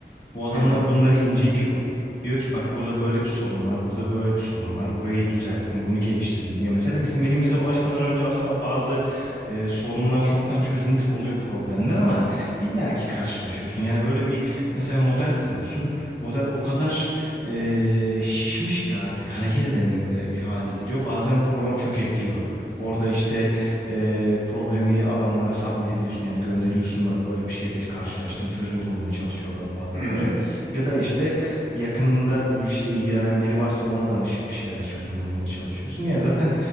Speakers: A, on the left; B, on the left.
A: Bu adamlar
B: Hı hı.
A: bunları inceliyor. Diyor ki bak burada böyle bir sorun var, burada böyle bir sorun var. Burayı düzeltin, bunu geliştirin diye. Mesela bizim elimize ulaşmadan önce aslında bazı e, sorunlar çoktan çözülmüş oluyor problemler ama illaki karşılaşıyorsun. Yani böyle bir mesela model kuruyorsun. Model o kadar e, şişmiş ki artık hareket edemiyor ve hale geliyor. Bazen program çökebiliyor. Orada işte e, problemi adamlara submit ediyorsun yani gönderiyorsun bak böyle bir şeyle karşılaştım çözüm bulmaya çalışıyorlar bazıları.
B: Hı hı.
A: Ya da işte yakınında bu işle ilgilenen biri varsa ona danışıp bir şeyler çözüm bulmaya çalışıyorsun. Ya zaten